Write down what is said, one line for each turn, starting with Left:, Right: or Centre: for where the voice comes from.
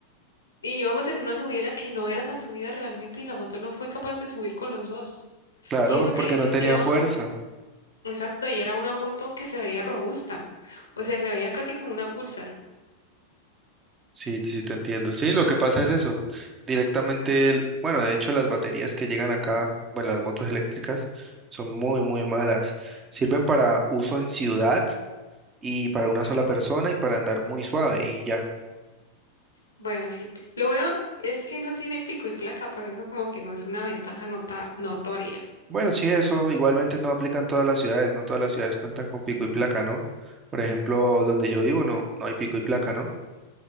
Left: y íbamos en una subida que no era tan subida realmente y la moto no fue capaz de subir con los dos.
Right: Claro,
Left: Y eso que
Right: porque no tenía
Left: era
Right: fuerza.
Left: Exacto, y era una moto que se veía robusta, o sea, se veía casi como una Pulsar.
Right: Sí, sí te entiendo. Sí, lo que pasa es eso. Directamente, el- bueno, de hecho las baterías que llegan acá, bueno, las motos eléctricas, son muy, muy malas. Sirven para uso en ciudad y para
Left: Ujú.
Right: una sola persona y para andar muy suave y ya.
Left: Bueno, sí. Lo bueno es que no tienen pico y placa, pero eso como que no es una ventaja nota notoria.
Right: Bueno, sí, eso igualmente no aplica en todas las ciudades, no todas las ciudades cuentan con pico y placa, ¿no? Por ejemplo, donde yo vivo no, no hay pico y placa, ¿no?